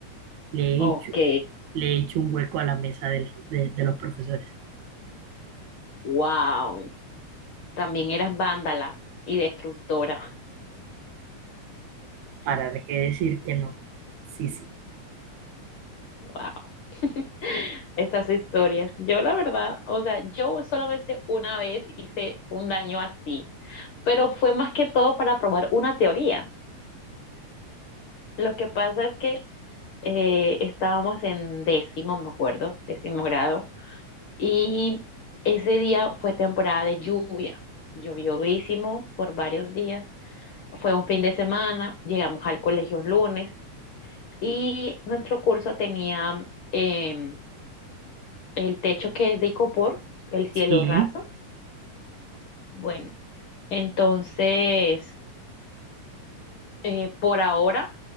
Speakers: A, on the right (about 75°); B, on the left (about 60°).
A: Le he
B: Ok,
A: hecho, le he hecho un hueco a la mesa del- de, de los profesores.
B: wow. También eras vándala y destructora.
A: ¿Para qué decir que no? Sí, sí.
B: Wow. <laughs> Esas historias. Yo la verdad, o sea, yo solamente una vez hice un daño así, pero fue más que todo para probar una teoría. Lo que pasa es que eh, estábamos en décimo, me acuerdo, décimo grado, y ese día fue temporada de lluvia. Llovió durísimo por varios días. Fue un fin de semana, llegamos al colegio un lunes Y nuestro curso tenía em, el techo que es de icopor, el cielo
A: Sí,
B: raso. Bueno, entonces, eh, por ahora,